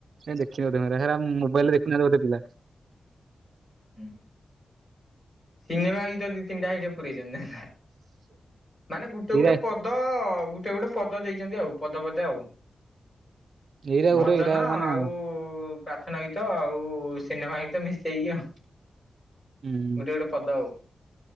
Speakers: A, on the right (about 70°); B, on the left (about 25°).
A: ଦେଖିନିବଧେ ତମେ ହେରା ମୋବାଇଲ ଦେଖୁନାହିଁ ବଧେ ପିଲା।
B: ହୁଁ। ସିନେମା ଗୀତ ଦି ତିନିଟା ହେଇଟି ପୁରେଇଛନ୍ତି ନା ନା ମାନେ ଗୋଟେ
A: ଏଇରା
B: ଗୋଟେ ପ ଦ ଗୁଟେ ଗୁଟେ ପଦ ଦେଇଛନ୍ତି ଆଉ ପଦ ପଦେ ଆଉ।
A: ଏଇରା
B: ଭଜନ
A: ଗୋଟେ ଏଇରା ମାନେ
B: ଆଉ
A: ହୁଁ
B: ପ୍ରା ର୍ଥନା ଗୀତ ଆଉ ସିନେମା ଗୀତ ମିଶେଇକି ଆଉ।
A: ହୁଁ।
B: କେଡେ ପଦ ଆଉ।